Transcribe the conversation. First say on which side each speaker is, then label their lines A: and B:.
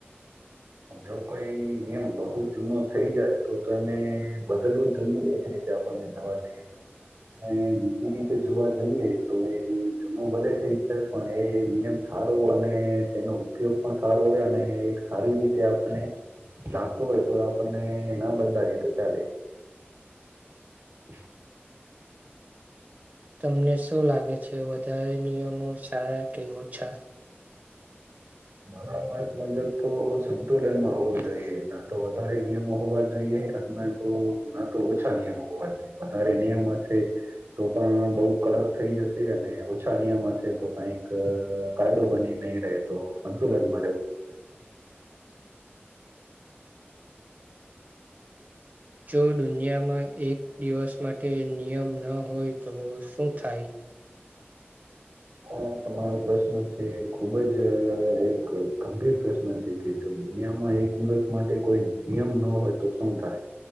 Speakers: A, on the right; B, on the right.
A: તો કોઈ નિયમ બહુ જૂનો થઈ જાય તો તો એને બદલવું જમ દ રીતે આપણને તો છે અને બીજી રીતે જોવા જઈએ તો એ જૂનું ભલે થઈ છે પણ એ નિયમ સારું અને તેનો ઉપયોગ પણ સારો હોય અને એક સારી રીતે આપને, લાગતો હોય તો આપણને ના બંધની તો ચાલે <inaudible>
B: તમને શું લાગે છે વધારે નિયમો સારા કેવ ઓછા
A: મારા મત મુજબ તો સંતુલનમાં હોવું જોઈએ ના તો વધારે નિયમો હોવા જોઈએ ઘટના તો ન તો ઓછા નિયમો હોવા જોઈએ વધારે નિયમ હશે તો પણ બઉુ કડક થઈ જશે અને ઓછા નિયમ હશે તો કઈક કાયદો બની નહી રહે તો સંતુલનમાં રહેવું
B: જો દુનિયામાં એક દિવસ માટે નિયમ ન હોય તો શું થાય?
A: હા તમારો પ્રશ્ન છે ખુબ જ અહ એક ગંભીર પ્રશ્ન છે કેત દુનિયામાં એક દિવસ માટે કોઈ નિયમ ન હોય તો શું થાય